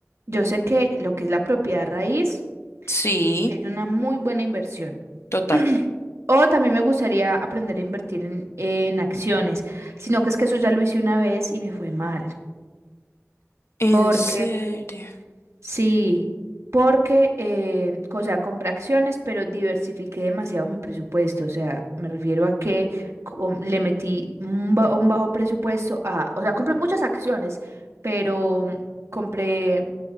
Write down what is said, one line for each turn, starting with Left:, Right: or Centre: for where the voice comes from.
Right: yo sé que lo que es la propiedad raíz
Left: Sí,
Right: es una muy buena inversión.
Left: total.
Right: <clears throat> O también me gustaría aprender a invertir en, en acciones, sino que es que eso ya lo hice una vez y me fue mal,
Left: En
Right: porque
Left: serio.
Right: Sí, porque, eh, o sea, compré acciones, pero diversifiqué demasiado mi presupuesto. O sea, me refiero a que com- le metí un, ba- un bajo presupuesto a, o sea, compré muchas acciones, pero compré,